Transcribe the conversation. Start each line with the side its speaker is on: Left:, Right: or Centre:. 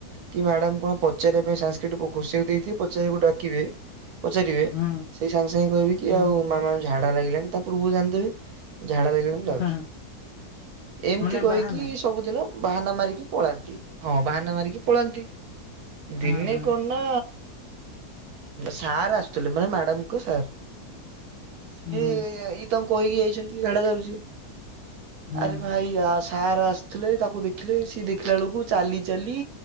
Right: କି ମ୍ୟାଡ଼ାମ କଣ ପଚାରିବା ପାଇଁ ସାଂସକ୍ରିଟ - ସିବି ଦେଇକୁ ପଚାରିବାକୁ ଡାକିବେ। ପଚାରିବେ
Left: ହୁଁ
Right: ସେଇ ସାଙ୍ଗେ ସାଙ୍ଗେ କହିବେ କି
Left: ହୁଁ
Right: ଆଉ ମାମାଙ୍କୁ ଝାଡ଼ା ଲାଗିଲାଣି ତା ପୂର୍ବରୁ ଜାଣିଦେବେ। ଝାଡ଼ା ଲାଗିଲାଣି ତ ଆଉ
Left: ହଁ ହଁ।
Right: - ଏମିତି
Left: ମାନେ
Right: କହିକି
Left: ବାହାନା
Right: ସବୁଦିନ ବାହାନା ମାରିକି ପଳାନ୍ତି। ହଁ ବାହାନା ମାରିକି ପଳାନ୍ତି
Left: ହଁ
Right: ଦିନେ
Left: ହଁ
Right: କଣନା। ସାର୍ ଆସୁଥିଲ ମାନେ ମ୍ୟାଡାମ କ ସାର୍। ସିଏ
Left: ହୁଁ ହୁଁ
Right: ଇଏ ତମ କହିକି ଯାଇଛନ୍ତି ଖାଡା ଯାଉଛି
Left: ହୁଁ
Right: ଆରେ ଭାଇ। ସାର୍ ଆସିଥିଲେ ତାକୁ ଦେଖିଲେ ସି ଦେଖିଲା ବେଳକୁ ଚାଲି ଚାଲି